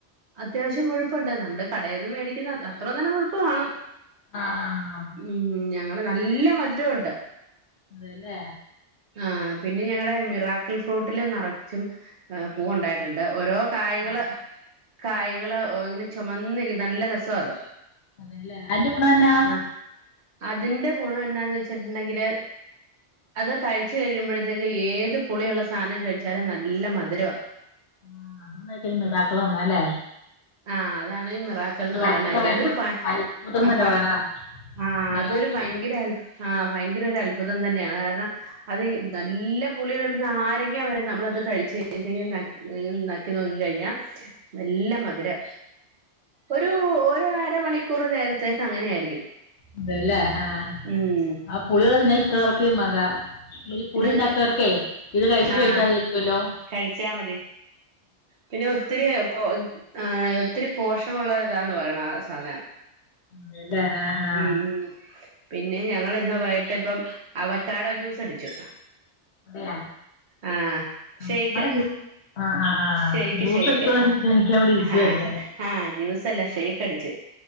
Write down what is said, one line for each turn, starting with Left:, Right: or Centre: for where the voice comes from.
Right: അത്യാവശ്യം മുഴുപ്പുണ്ട്. നമ്മടെ കടേന്ന് മേടിക്കുന്ന അ അത്ര തന്നം മുഴുപ്പ് കാണും
Left: ആഹ് ആഹ്
Right: ഉം ഞങ്ങള് നല്ല മധുരമുണ്ട്
Left: അതെ ല്ലേ
Right: ആഹ് പിന്നെ ഞങ്ങടെ മിറാക്കിൽ ഫ്രൂട്ടിലും നറച്ചും പൂവ് ഉണ്ടായിട്ടുണ്ട് ഓരോ കായ്കള്
Left: ആഹ്
Right: കായ്കള് ഇങ്ങനെ ചൊമന്നിരി നല്ല രസമാ അത്
Left: അതെല്ലെ അയ്ന്റെ കൂടെന്നാ
Right: ആഹ് അതിന്റെ ഗുണം എന്നാന്ന് വെച്ചിട്ട്ണ്ടെങ്കില് അത് കഴിച്ചു കഴിയുമ്പോഴത്തേക്ക് ഏത് പുളിയുള്ള സാനം കഴിച്ചാലും നല്ല മധുരമാ
Left: ആഹ് അതെന്നെക്കാ ഈ മിറാക്കിൾ പർഞ്ഞാ ല്ലേ
Right: ആഹ് അതാണ് ഈ മിറാ ക്കിൾ ന്ന്
Left: മിറാക്കിൾ
Right: പറയ്ണായിരിക്കും
Left: എന്ന് പറയുമ്പം
Right: അതൊരു പ
Left: അത്ഭുതം എന്നല്ലേ
Right: അ പ
Left: പറയണേ
Right: ആഹ്
Left: മിറാക്കിൾ
Right: അതൊരു ഭയങ്കര അൽ ആഹ് ഭയങ്കര ഒരു അത്ഭുതം തന്നെയാണ് കാര്ണം അത് നല്ല പുളിയ്ള്ള നാരങ്ങ വരെ നമ്മളത് കഴിച്ച് കഴിഞ്ഞ്‌ട്ട് നക്കി നോക്കി കഴിഞ്ഞാ നല്ല മധുരം ഒരു ഒരു അരമണിക്കൂർ നേരത്തേക്ക് അങ്ങനെയായിരിക്കും
Left: ഇതല്ലേ ആഹ്
Right: ഉം
Left: ആ പുളി <unintelligible> അതാ പുളി
Right: ഇത്
Left: തിന്നാത്തോർക്കേ ഇത് കഴിച്ചിട്ട്
Right: ആഹ്
Left: കഴിച്ചാതിരിക്കൊല്ലോ
Right: കഴിച്ചാ മതി പിന്നെ ഒത്തിരി പോ ഒത്തിരി പോഷകുള്ള ഇതാന്ന് പറയണ സാധന
Left: അതെല്ലേ ആ ആ
Right: ഉം ഉം പിന്നെ ഞങ്ങള് ഇന്ന് വൈട്ട് ഇപ്പം അവക്കാടൊ ജ്യൂസ് അടിച്ചു
Left: അതെയാ
Right: ആഹ്
Left: ഉം
Right: ഷെയ്ക്ക്
Left: നല്ല ജു ആഹ് ആഹ് ആഹ് ആഹ്
Right: ഷെയ്ക്ക്
Left: ജ്യൂസ്
Right: ഷെയ്ക്ക്
Left: അടിക്കാൻ വേണ്ടി
Right: ആഹ്
Left: <unintelligible> ഞാന്
Right: ആഹ് ജ്യൂസല്ല ഷെയ്ക്ക് അടിച്ചു